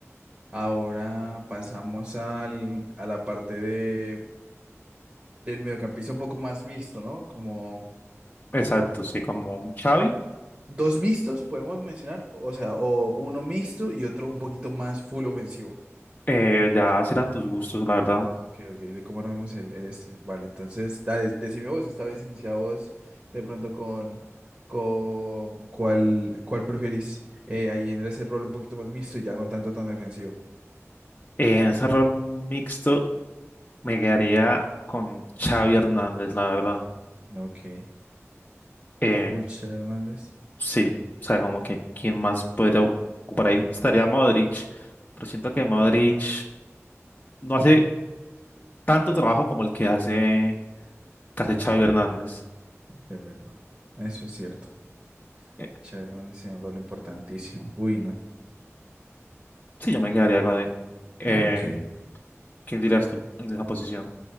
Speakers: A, on the right (about 35°); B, on the left (about 35°).
A: ahora pasamos al, a la parte de... del mediocampista un poco más mixto, ¿no? Como
B: Exacto, sí, como un Xavi.
A: dos mixtos podemos mencionar, o sea, o uno mixto y otro un poquito más full ofensivo.
B: Eh, ya serán tus gustos, la verdad.
A: Ok, ok, de cómo nos vemos el, el este. Vale, entonces, dale, decime vos, esta vez inicia vos de pronto con, con cuál, cuál preferís eh, ahí en ese rol un poquito más mixto y ya no tanto tan defensivo.
B: En ese rol mixto me quedaría con Xavi Hernández, la verdad.
A: Ok,
B: Eh,
A: Fulcher Hernández,
B: Sí, o sea, como que quién más podría ocupar ahí. Estaría Modric, pero siento que Modric no hace tanto trabajo como el que hace casi Xavi Hernández.
A: de verdad. Eso es cierto.
B: Eh,
A: Che Hernández tiene un rol importantísimo. Uy, no.
B: sí, yo me quedaría con él. Eh,
A: Ok.
B: ¿quién dirías tú en esa posición?